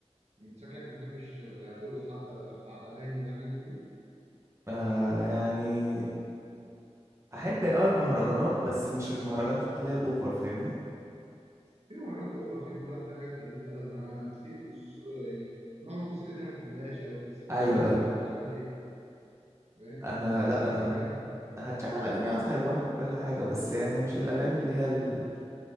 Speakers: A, on the right; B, on the right.
A: يعني أنت شكلك ما بتحبش لا ترقص حتى على الأغاني ولا حاجة من دي
B: آه يعني احب اه المهرجانات بس مش المهرجانات اللي هي الاوفر فاهمني
A: في مهرجانات أوفر في مهرجانات فيها حاجات قلة الأدب أنا في الص- يعني نوع الموسيقى دي أنا ما بحبهاش أوي بس أنت
B: ايوه
A: بتعمل إيه في الفرح؟ هتشغل إيه؟ فاهم؟
B: انا
A: لازم
B: لا
A: تشغل
B: انا
A: أغاني
B: أنا هتشغل اغاني اه هيبورك وكل حاجه بس يعني مش الاغاني اللي هي ال-